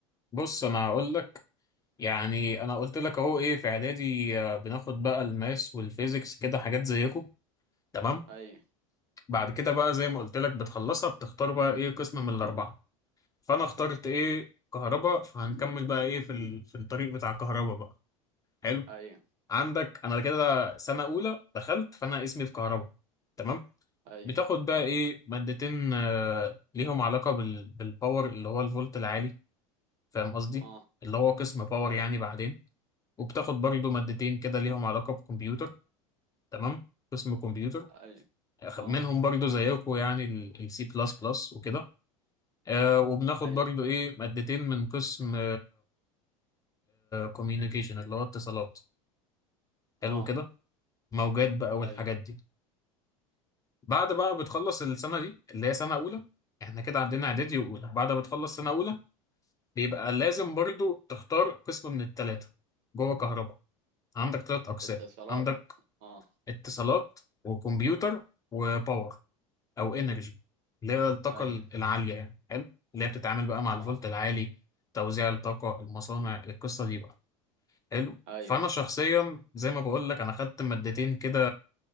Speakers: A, on the left (about 20°); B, on the right (about 60°).
A: بص انا هقول لك يعني انا قلت لك اهو ايه في اعدادي آه، بناخد بقى الماس والفيزيكس كده حاجات زيكم تمام
B: أيوه
A: بعد كده بقى زي ما قلت لك بتخلصها بتختار بقى ايه قسم من الاربعه فانا اخترت ايه كهرباء فهنكمل بقى ايه في ال... في الطريق بتاع كهرباء بقى حلو
B: أيوه
A: عندك انا كده سنه اولى دخلت فانا اسمي في كهرباء تمام
B: أيوه
A: بتاخد بقى ايه مادتين آه ليهم علاقه بال... بالباور اللي هو الفولت العالي فاهم قصدي
B: أه
A: اللي هو قسم باور
B: أيوه
A: يعني بعدين وبتاخد برضو مادتين كده ليهم علاقه بكمبيوتر تمام قسم كمبيوتر
B: أيوه
A: أخ-
B: أه
A: منهم برضو زيكم يعني السي بلس بلس وكده آه وبناخد
B: أيوه
A: برضو ايه مادتين من قسم كوميونيكيشن اللي هو اتصالات حلو
B: أه
A: كده موجات بقى والحاجات
B: أيوه
A: دي بعد بقى بتخلص السنة دي اللي هي سنة أولى احنا كده عندنا إعدادي وأولى بعد ما بتخلص سنة أولى بيبقى لازم برضو تختار قسم من التلاتة جوه كهرباء عندك تلات أقسام
B: اتصالات
A: عندك
B: أه
A: اتصالات وكمبيوتر وباور أو إنرجي اللي هي الطاقة
B: أيوه
A: العالية يعني حلو اللي هي بتتعامل بقى مع الفولت
B: أه
A: العالي توزيع الطاقة المصانع القصة دي بقى حلو
B: أيوه
A: فانا شخصيا زي ما بقول لك انا خدت مادتين كده